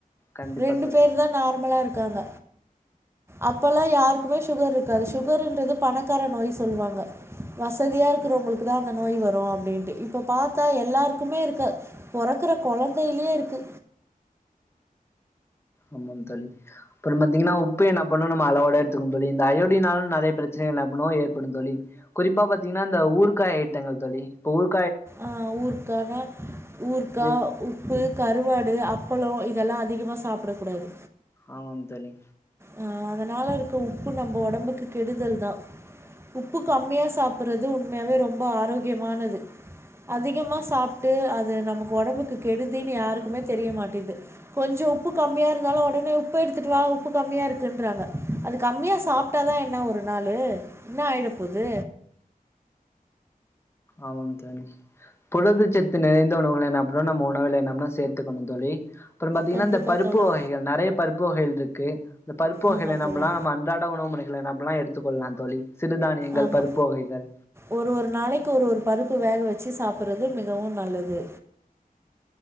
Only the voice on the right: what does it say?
ரெண்டு
பேர் தா நார்மலா இருக்காங்க அப்பல்லா யாருக்குமே ஷுகர் இருக்காது ஷுகருன்றது பணக்கார நோய் சொல்வாங்க வசதியா இருக்கிறவங்களு க்கு தா அந்த நோய் வரு அப்டின்ட்டு இப்ப பாத்தா எல்லாருக்குமே இருக்க பொறக்குற கொழந்தையிலே இருக்கு
ஆ ஊற்கானா ஊற்கா
உப்பு கருவாடு அப்பளோ இதெல்லா அதி கமா சாப்டக்கூடாது
ஆ அதனால இருக்க உப்பு நம்ப ஒடம்புக்கு கெடுதல் தா உப்பு கம்மியா சாப்புறது உண்மையாவே ரொம்ப ஆரோக்கியமானது அதிகமா சாப்ட்டு அது நமக்கு ஒடம்புக்கு கெடுதீன்னு யாருக்குமே தெரியமாட்டிது கொஞ்சோ உப்பு கம்மியா இருந்தாலு ஒடனே உப்பு எடுத்துட்டு வா உப்பு கம்மியா இருக்குன்றாங்க அது கம்மியா சாப்ட்டா தா என்ன ஒரு நாளு என்ன ஆயிடப்போது
கண்டிப்பா
தோழா
ஆமா
தோழா
ஆமா
ஒரு ஒரு நாளைக்கு ஒரு ஒரு பருப்பு வேக வெச்சு சாப்புறது மிகவும் நல்லது